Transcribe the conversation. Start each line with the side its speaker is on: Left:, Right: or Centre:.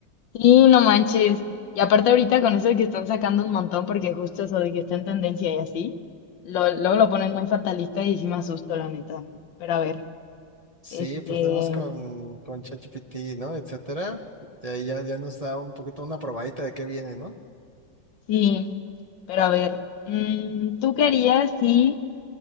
Left: Sí, no manches. Y aparte ahorita con eso de que están sacando un montón porque justo eso de que está en tendencia y así, lo, luego lo ponen muy fatalista y sí me asusto, la neta. Pero a ver,
Right: <laughs> sí,
Left: este,
Right: pues nada más con, con ChatGPT, ¿no? Etcétera. Y ahí ya, ya nos da un poquito una probadita de qué viene, ¿no?
Left: Sí, pero a ver, mm, ¿tú qué harías si